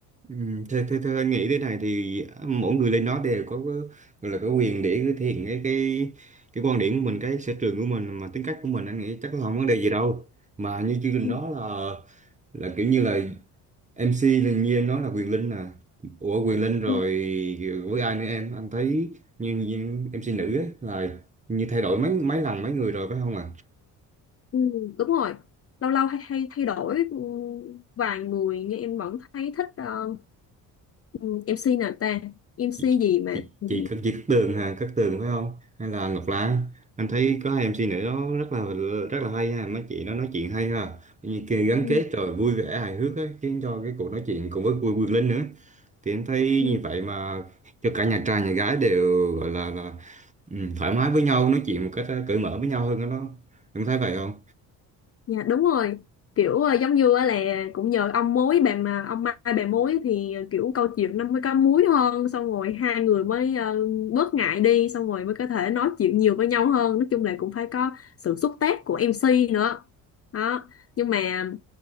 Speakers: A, on the right; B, on the left.
A: Ừ, theo, theo, theo anh nghĩ thế này thì mỗi người lên đó đều có cái- gọi là có quyền để thể hiện cái cái cái quan điểm của mình cái sở trường của mình mà tính cách của mình anh nghĩ chắc là không vấn đề gì đâu mà như chương trình
B: Ừ,
A: đó là là kiểu như là MC là như em nói là Quyền Linh à Ủa Quyền Linh rồi
B: ừ,
A: với ai nữa em anh thấy như, như MC nữ ấy là như thay đổi mấy mấy lần mấy người rồi phải không ạ
B: ừ, đúng rồi lâu lâu hay thay thay đổi ừ, vài người nhưng em vẫn thấy thích ờ, ừ, MC nào ta MC
A: chị,
B: gì mà
A: chị,
B: ừ,
A: chị, Cát- chị Cát Tường hả Cát Tường phải không hay là Ngọc Lan anh thấy có hai MC nữ đó rất là rất là hay ha mấy chị nó nói chuyện hay ha như kia gắn
B: ừ,
A: kết rồi vui vẻ hài hước ấy, khiến cho cái cuộc nói chuyện cùng với vui vui Linh nữa thì em thấy
B: ừ,
A: như vậy mà cho cả nhà trai nhà gái đều gọi là là ừ, thoải mái với nhau nói chuyện một cách ờ, cởi mở với nhau hơn đó em thấy vậy không
B: Dạ đúng rồi kiểu ờ, giống như á là cũng nhờ ông mối bà mà ông Mai bà mối thì kiểu câu chuyện nó mới có múi hơn xong rồi hai người mới ờ, bớt ngại đi xong rồi mới có thể nói chuyện nhiều với nhau hơn nói chung là cũng phải có sự xúc tác của MC nữa đó nhưng mà